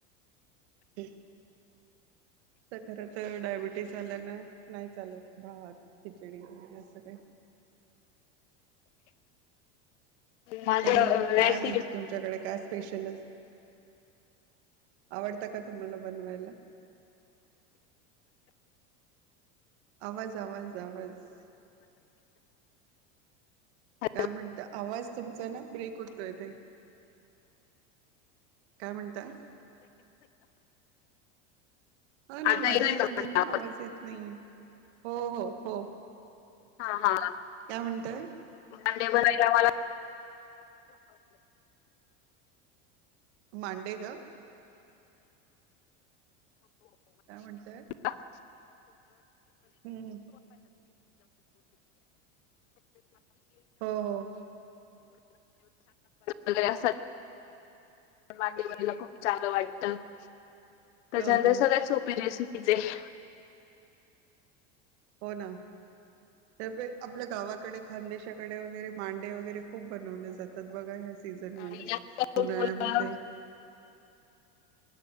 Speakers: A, on the right; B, on the left.
A: हम अस खरं तर डायबिटीस झाल्यान नाही चालत भावात खिचडी वगैरे असं काही
B: माझं
A: अज काय
B: रेसिपी
A: म्हणते तुमच्याकडे काय स्पेशल आवडता का तुम्हाला बनवायला? आवाज आवाज आवाज.
B: हे
A: काय म्हणत आवाज तुमचा ना ब्रेक उठतोय काही. काय म्हणताय हा नाही
B: आता
A: मधून
B: येतोय का
A: मधून
B: माझा
A: ना आवाज येत नाहीये हो हो हो
B: हा हा
A: काय म्हणतय
B: मंडे बरायला मला
A: मांडे का काय म्हणतय
B: खप
A: हम्म हो हो
B: वगैरे असत पण मागेवरनला खूप चांग वाटत त्याच्यानंतर
A: ह हा
B: सगळ्यात सोपी रेसिपीज आहे
A: हो ना आपल्या गावाकडे खानदेशाकडे वगैरे मांडे वगैरे खूप बनवले जातात बघा ह सीझन
B: आणि
A: मध्ये
B: जास्त करून
A: उन्हाळ्यामध्ये
B: मला